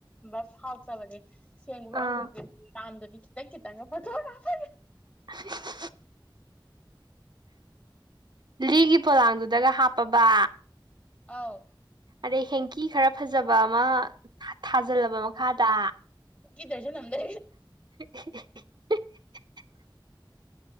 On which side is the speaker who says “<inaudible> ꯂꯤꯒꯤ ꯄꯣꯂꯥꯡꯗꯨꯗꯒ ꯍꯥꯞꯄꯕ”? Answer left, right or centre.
Right